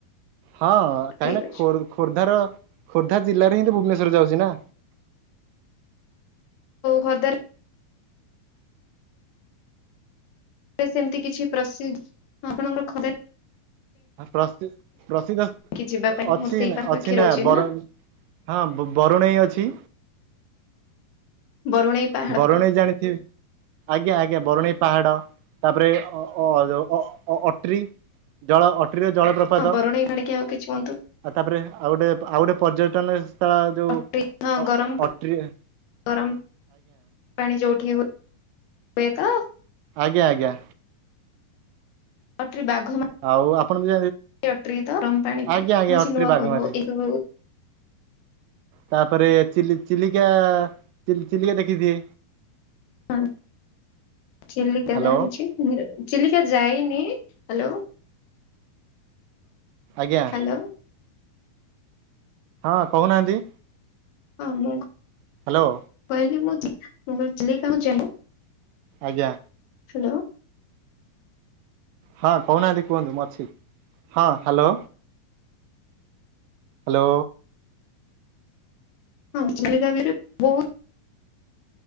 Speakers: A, on the right; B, on the left.
A: ହଁ
B: ଠିକ
A: କହି ନା
B: ଅଛି
A: ଖୋର ଖୋର୍ଦ୍ଧାର ଖୋର୍ଦ୍ଧା ଜିଲ୍ଲାରେ ହିଁ ତ ଭୁବନେଶ୍ୱର ଯାଉଛି ନା
B: ଖୋର୍ଦ୍ଧା ସେମିତି କିଛି ପ୍ରସିଦ୍ଧ ଆପଣଙ୍କର ଘରେ
A: ପ୍ରସି ପ୍ରସିଦ୍ଧ
B: କି ଯିବା ପାଇଁ
A: ଅଛି
B: ମୁଁ ସେଇ ପାଖାପାଖି
A: ଅଛି ନା
B: ରହୁଛି
A: ବରଂ ହଁ ବ ବ ବରୁଣେଇ ଅଛି।
B: ବରୁଣେଇ ପାହାଡ
A: ବରୁଣେଇ ଜାଣିଥିବେ। ଆଜ୍ଞା ଆଜ୍ଞା ବରୁଣେଇ ପାହାଡ ତାପରେ ଅ ଅ ଅ ଅଟ୍ରି ଜଳ ଅଟ୍ରିରେ ଜଳପ୍ରପାତ
B: ହଁ ବରୁଣେଇ ପାହାଡ କି ଆଉ କିଛି କୁହନ୍ତୁ
A: ଆଉ ତାପରେ ଆଉ ଗୋଟେ ଆଉ ଗୋଟେ ପର୍ଯ୍ୟଟନସ୍ଥଳ ତ ଯୋଉ
B: ଅଟ୍ରି,
A: ଅ
B: ହଁ
A: ଅ
B: ଗରମ
A: ଅଟ୍ରିରେ
B: ଗରମ ପାଣି ଯେଉ ଉଠି ହୁଏ ତ
A: ଆଜ୍ଞା ଆଜ୍ଞା।
B: <unintelligible> ବାଘ ମା
A: ଆଉ ଆପଣ ବି
B: ଅଟରି ତ ଆରମ ପାଣି
A: ଆଜ୍ଞା
B: ପାଇଁ
A: ଆଜ୍ଞା
B: ମୁଁସି
A: ଅଟ୍ରି
B: ନୁ ଆ
A: ବାଘମାରି
B: କ ଏକ
A: ତାପରେ ଚି ଚିଲିକା ଚିଲିକା ଦେଖିଥିବେ।
B: ହଁ ସେ ଚିଲିକା
A: ହ୍ୟାଲୋ
B: ଜାଣିଛି ବିର ଚିଲିକା ଯାଇନି ହ୍ୟାଲୋ।
A: ଆଜ୍ଞା।
B: ହ୍ୟାଲୋ
A: ହଁ କହୁନାହାନ୍ତି।
B: ହଁ ମୁଁ
A: ହ୍ୟାଲୋ
B: କହିଲି ମୁ ମୁଁ ଚିଲିକା ମୁଁ ଯାଇନି
A: ଆଜ୍ଞା।
B: ହ୍ୟାଲୋ
A: ହଁ କହୁନାହାନ୍ତି କୁହନ୍ତୁ ମୁଁ ଅଛି ହଁ ହ୍ୟାଲୋ ହ୍ୟାଲୋ।
B: ହଁ ଚିଲିକା ବିରେ ବହୁ